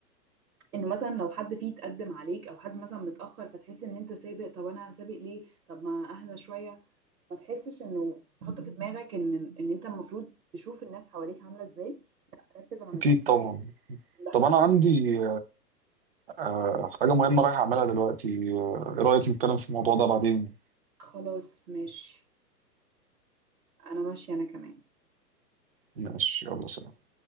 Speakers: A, on the right; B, on the right.
A: انه مثلا لو حد فيه تقدم عليك او حد مثلا متأخر فتحس ان انت سابق طب انا سابق ليه طب ما اهدى شوية ما تحسش انه تحط في دماغك ان ان انت المفروض تشوف الناس حواليك عاملة ازاي ركز على
B: أكيد
A: نفسك
B: طبعا
A: لحد-
B: طب أنا عندي آه، حاجة مهمة رايح أعملها دلوقتي آه، إيه رأيك نتكلم في الموضوع ده بعدين؟
A: خلاص ماشي انا ماشية انا كمان
B: ماشي يلا سلام